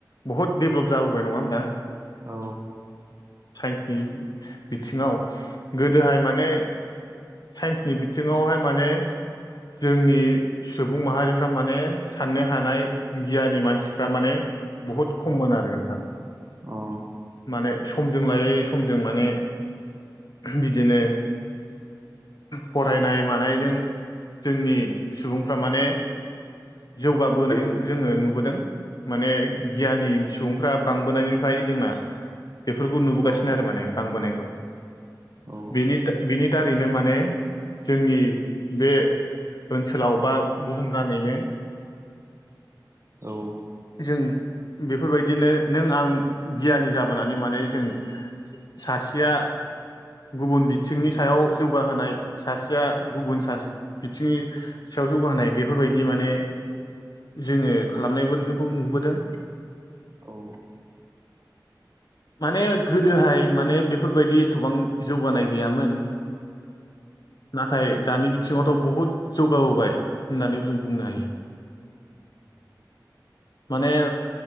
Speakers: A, on the left; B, on the right.
A: बहुत डेभलप जाबोबाय नङा होमबा।
B: औ।
A: साइन्सनि बिथिङाव गोदोहाय माने साइन्सनि बिथिङावहाय माने जोंनि। सुबुं माहारिफ्रा माने साननो हानाय गियानि मानसि। फ्रा माने बुहुत खममोन आरो नोंथां
B: अ
A: माने समजों लायै समजों माने बिदिनो फरायनाय मानायजों जोंनि। सुबुंफ्रा माने जौगाबोनायजों जोङो नुबोदों माने गियानि सुबुंफ्रा बांबोनायनिफ्राय जोंना। बेफोरखौ नुबोगासिनो
B: औ
A: आरो माने बांबोनायखौ। <inaudible>
B: औ
A: बिनि बिनि। दारैनो माने जोंनि बे। ओनसोलाव बा बुहुमनााङैनो।
B: औ।
A: जों बेफोरबायदिनो नों आं गियानि जाबोनानै माने जों सासेया गुबुन बिथिंनि सायाव जौगाहोनाय सासेया गुबुन सा बिथिंनि सायाव जौगाहोनाय बेफोरबायदि माने जोङो खालामनायबो खौ नुबोदों।
B: औ।
A: माने गोदोहाय माने बेफोरबायदि एथबां जौगानाय गैयामोन। नाथाय दानि। सिङावथ' बुहुत जौगाबोबाय होननानै जों बुंनो हायो। माने